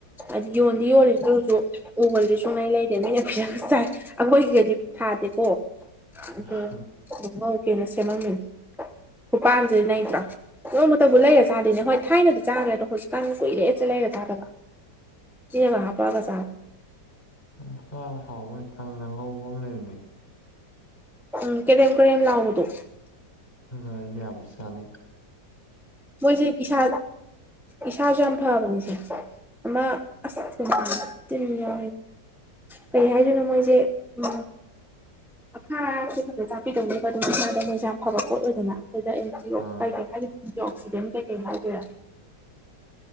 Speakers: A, in the centre; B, on the left.
A: ꯍꯥꯏ ꯌꯣꯟꯕ ꯐ ꯑꯣꯏꯣꯔꯤꯁꯤꯁꯨ ꯎꯃꯜꯗꯤ ꯁꯨꯡꯉꯩ ꯂꯩꯗꯦ ꯃꯤꯅ ꯐꯤꯖ ꯆꯥꯏ ꯑꯩꯈꯣꯏꯒꯤꯒꯗꯤ ꯊꯥꯗꯦꯀꯣ ꯑꯗ
B: ꯑꯥ
A: ꯉꯧꯀꯦꯅ ꯁꯦꯝꯃꯝꯃꯤ ꯈꯨꯄꯥꯟꯁꯤꯦ ꯅꯇ꯭ꯔꯥ ꯀꯩꯅꯣꯝꯇꯕꯨ ꯂꯩꯔ ꯆꯥꯗꯦꯅꯦ ꯍꯣꯏ ꯊꯥꯏꯅꯗꯤ ꯆꯥꯈ꯭ꯔꯦ ꯑꯗꯣ ꯍꯧꯖꯤꯛꯀꯥꯟ ꯀꯨꯏꯔꯦꯠ ꯆꯦ ꯂꯩꯔ ꯆꯥꯗꯕ ꯌꯦ ꯀ ꯍꯥ ꯄꯒ ꯁꯥ
B: ꯌꯥꯝ ꯆ ꯍꯥꯎꯕꯩ ꯁꯪꯅ ꯉꯧꯕ ꯑꯃ ꯂꯩꯕꯅꯦ
A: ꯎꯝ ꯀꯗꯦꯝ ꯀꯦꯝ ꯂꯥꯎꯨꯗꯧ
B: ꯑꯅꯦ ꯌꯥꯝ ꯁꯅ
A: ꯃꯣꯏꯁꯦ ꯏꯁꯥ ꯏꯁꯥꯁꯨ ꯌꯥꯝ ꯐꯕꯅꯤꯁꯦ ꯃ ꯑꯁ ꯇ ꯌꯥ ꯀꯩ ꯍꯥꯏꯗꯨꯅ ꯃꯣꯏꯁꯦ ꯎ ꯑꯥꯥꯁ ꯈꯛꯇ ꯇꯥꯛꯄꯤꯗꯧꯅꯦꯕꯣ ꯑꯗꯨꯝ ꯏꯁꯥꯗ ꯃꯣꯏꯁꯦ ꯌꯥꯝ ꯐꯕ ꯄꯣꯠ ꯑꯣꯏꯗꯅ ꯑꯩꯈꯣꯏꯗ ꯑꯦꯟ
B: ꯑꯥ
A: ꯑꯣ ꯀꯩ ꯍꯥꯏ ꯑꯣꯛꯁꯤꯗꯦꯟ ꯀꯩꯀꯩ ꯍꯥꯏꯒꯦꯔꯥ